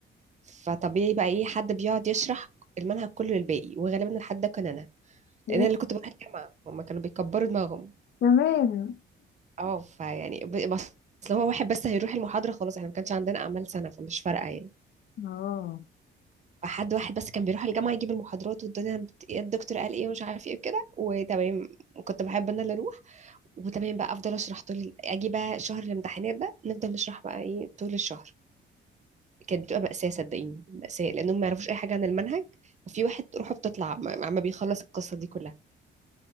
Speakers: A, on the right (about 35°); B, on the left (about 60°).
A: فطبيعي بقى ايه حد بيقعد يشرح المنهج كله للباقي وغالبا الحد ده كان انا
B: <laughs> يا
A: لان انا اللي كنت بروح الجامعة هما كانوا بيكبروا دماغهم
B: تمام
A: اه فيعني ب- بس لو هو واحد بس هيروح المحاضرة خلاص احنا ما كانش عندنا اعمال سنة فمش فارقة يعني
B: اه
A: حد واحد بس كان بيروح الجامعة يجيب المحاضرات والدنيا بت- إيه الدكتور قال ايه ومش عارف ايه وكده وتمام كنت بحب انا اللي اروح وتمام بقى افضل اشرح طول ال- اجي بقى شهر الامتحانات ده نفضل نشرح بقى ايه طول الشهر كانت بتبقى مأساة صدقيني مأساة لانهم ما يعرفوش اي حاجة عن المنهج وفي واحد روحه بتطلع ما ما بيخلص القصة دي كلها